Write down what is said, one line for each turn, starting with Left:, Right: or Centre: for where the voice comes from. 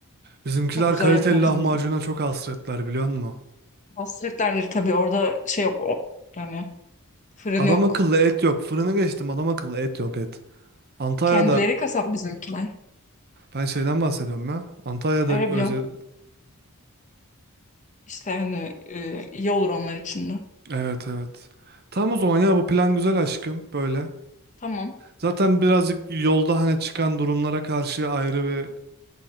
Right: Bizimkiler
Left: Çok güzel
Right: kaliteli
Left: yapıyor
Right: lahmacuna
Left: bizimkiler.
Right: çok hasretler biliyor musun?
Left: Hasretlerdir tabii. Orada şey yok. o- yani fırın
Right: Adam
Left: yok.
Right: akıllı et yok. Fırını geçtim adam akıllı et yok et. Antalya'da
Left: Kendileri kasap bizimkiler.
Right: ben şeyden bahsediyorum ya. Antalya'da
Left: Öyle
Right: özel...
Left: biliyorum. İşte hani e, iyi olur onlar için de.
Right: Evet evet. Tamam o zaman ya bu plan güzel aşkım böyle.
Left: Tamam.
Right: Zaten birazcık yolda hani çıkan durumlara karşı ayrı bir